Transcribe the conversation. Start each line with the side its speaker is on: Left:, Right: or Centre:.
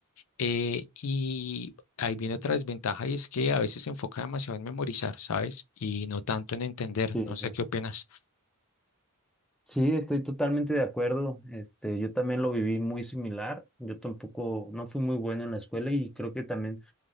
Left: Eh, y Ahí viene otra desventaja y es que a veces se enfoca demasiado en memorizar, ¿sabes? Y no tanto en entender.
Centre: Sí,
Left: No sé
Centre: sí. Sí,
Left: qué opinas.
Centre: Sí, estoy totalmente de acuerdo. Este, yo también lo viví muy similar. Yo tampoco, no fui muy bueno en la escuela y creo que también